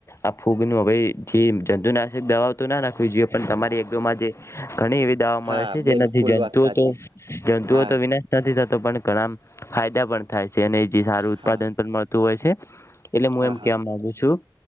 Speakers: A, on the left; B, on the right.
A: આ ફૂગ નું હવે જે જંતુનાશક દવા તો ના ના કોઈ પણ તમારી એકજમાં જે ઘણી એવી દાવા મળે
B: હા
A: છે
B: બિલકુલ
A: જેનાથી જંતુઓ
B: વાત સાચી
A: તો જંતુઓ
B: હા
A: તો વિના નથી થતો પણ ઘણા ફાયદા પણ થાય છે અને જે સારું ઉત્પાદન
B: હા
A: પણ મળતું હોય છે એટલે હું
B: હા
A: એમ
B: હા
A: ક મામાંગુ છું